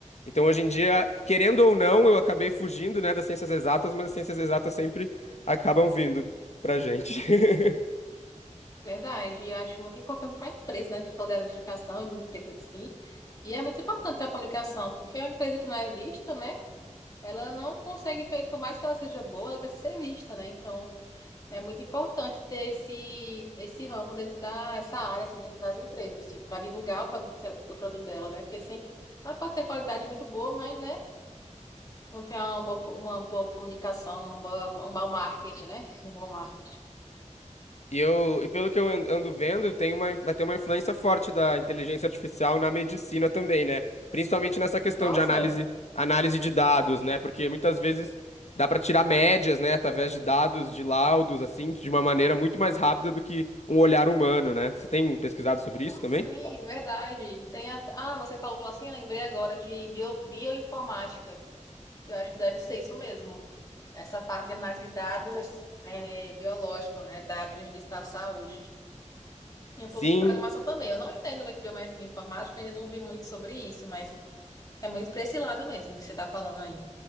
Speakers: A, on the left (about 60°); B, on the left (about 30°).
A: Então, hoje em dia, querendo ou não, eu acabei fugindo, né, das ciências exatas, mas as ciências exatas sempre acabam vindo pra gente. <laughs>
B: Verdade. E eu acho muito importante para a empresa, né? A gente falou de administração, de empresa assim. E é muito importante a comunicação, porque uma empresa que não é vista, né? Ela não consegue ver, por mais que ela seja boa, ela precisa ser vista, né? Então, é muito importante ter esse, esse ramo dentro da, essa área, assim, dentro das empresas, tipo, para divulgar o produto, o produto dela, né? Porque sem, ela pode ter qualidade muito boa, mas, né? Não tem uma boa, pu- uma boa comunicação, um boa- um mau marketing, né? <laughs> Um bom marketing.
A: E eu, e pelo que eu an- ando vendo, tem uma, vai ter uma influência forte da inteligência artificial na medicina também, né? Principalmente nessa questão
B: Nossa,
A: de análise, análise de dados, né? Porque muitas vezes dá para tirar médias, né, através de dados, de laudos, assim, de uma maneira muito mais rápida do que um olhar humano, né? Você tem pesquisado sobre isso
B: ah,
A: também?
B: sim, verdade. Tem a- Ah, você falou assim, lembrei agora de bio, bioinformática, que eu acho que deve ser isso mesmo. Essa parte de análise de dados é, biológico, né? Dados de da saúde. E
A: Sim,
B: um pouco de programação também. Eu não entendo muito de bioinformática, ainda não vi muito sobre isso, mas é muito para esse lado mesmo que você está falando aí,